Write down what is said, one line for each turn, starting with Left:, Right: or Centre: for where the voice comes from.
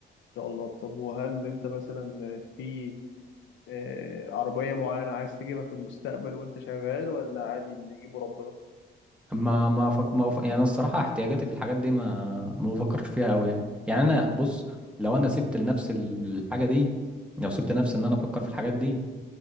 Left: شاء الله طب وهل انت مثلا في آه، عربية معينة عايز تجيبها في المستقبل وانت شغال ولا عادي اللي يجيبه ربنا؟
Centre: ما ما فك... ما فك... يعني أنا الصراحه احتياجاتي في الحاجات دي ما ما بفكرش فيها قوي يعني يعني انا بص لو انا سبت لنفس الحاجه دي لو سبت نفسي ان انا افكر في الحاجات دي